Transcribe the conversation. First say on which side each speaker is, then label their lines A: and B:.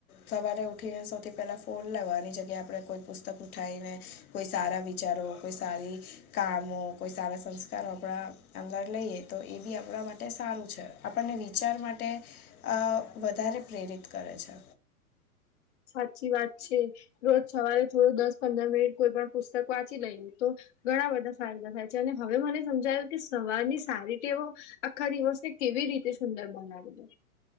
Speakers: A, on the left; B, on the left.
A: સવારે ઉઠીને સૌથી પહેલા ફોન લેવાની જગ્યાએ આપડે કોઈ પુસ્તક ઉઠાઈને કોઈ સારા વિચારો, કોઈ સારી કામો કોઈ સારા સંસ્કારો આપડા અંદર લઈએ તો એ બી આપડા માટે સારું છે. આપડને વિચાર માટે અ વધારે પ્રેરિત કરે છે.
B: સાચી વાત છે, રોજ સવારે થોડું દસ-પંદર મિનિટ કોઈ પણ પુસ્તક વાંચી લઈએ તો ઘણા બધા ફાયદા થાય છે, અને હવે મને સમજાયું કે સવારની સારી ટેવો આખા દિવસે કેવી રીતે સુંદર બનાવી દે.